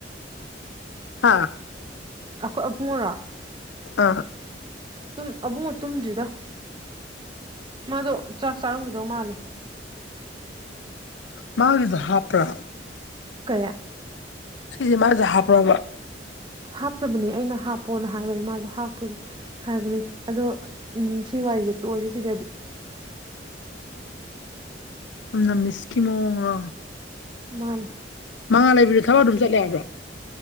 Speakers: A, on the left; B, on the right.
A: ꯍꯥꯥ
B: ꯑꯩꯈꯣꯏ ꯑꯍꯣꯔꯥ
A: ꯑꯥ
B: ꯨꯑꯥ ꯑꯕꯨꯏ ꯑꯕꯨꯡꯉ ꯇꯨꯝꯗ꯭ꯔꯤꯗ ꯃꯥꯗꯣ ꯆꯥꯛ ꯆꯥꯔꯝꯈꯤꯗꯧ ꯃꯥꯂꯦ
A: ꯃꯥꯒꯤꯁꯨ ꯍꯥꯞꯄ꯭ꯔꯥ
B: ꯀꯌꯥ
A: ꯁꯤꯁ ꯃꯥꯥ ꯆꯍꯥꯄꯔꯥꯕ
B: ꯍꯥꯞꯇꯕꯅꯤ ꯑꯩꯅ ꯍꯥꯞꯄꯣꯅ ꯍꯥꯏꯕꯅꯤ ꯃꯥꯁꯨ ꯍꯥꯞꯀꯦꯅꯤ ꯍꯥꯏꯕꯅꯤ ꯑꯗꯣ ꯎ ꯁꯤ ꯋꯥꯔꯤꯁꯦ ꯇꯣꯏꯁꯦ ꯁꯤꯗꯗꯤ
A: ꯎ ꯝ ꯃꯁꯀꯤꯃꯑꯣꯟꯂꯣ
B: ꯃꯥꯅꯦ
A: ꯃꯉꯥ ꯂꯩꯕꯤꯗꯨꯣ ꯊꯕꯛ ꯑꯗꯨꯝ ꯆꯠꯂꯦ ꯍꯥꯏꯕ꯭ꯔꯣ